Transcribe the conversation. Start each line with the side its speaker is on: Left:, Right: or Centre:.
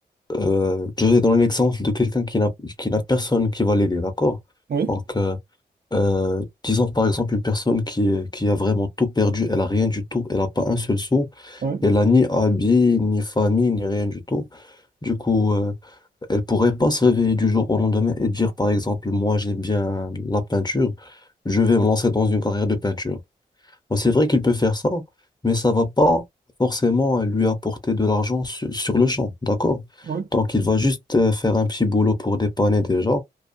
Left: Euh, je vais dans l'exemple de quelqu'un qui n'a qui n'a personne qui va l'aider, d'accord?
Right: Oui,
Left: Donc, euh, euh, disons par exemple une personne qui, est- qui a vraiment tout perdu, elle a rien du tout, elle n'a pas un seul sou,
Right: oui,
Left: elle a ni habit, ni famille, ni rien du tout. Du coup, euh, elle pourrait pas se réveiller du jour au lendemain et dire par exemple, moi j'aime bien la peinture, je vais me lancer dans une carrière de peinture. Bon, c'est vrai qu'il peut faire ça, mais ça va pas forcément lui apporter de l'argent su- sur le champ, d'accord?
Right: oui,
Left: Donc, il va juste euh, faire un petit boulot pour dépanner déjà,